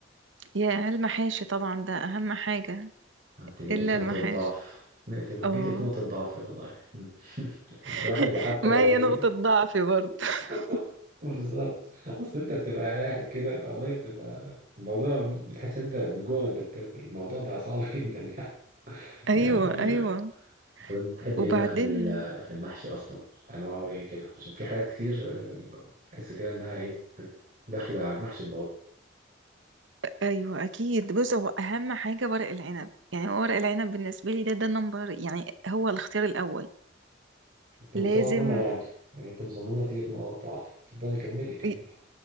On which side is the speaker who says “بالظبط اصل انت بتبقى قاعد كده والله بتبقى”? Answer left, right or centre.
Right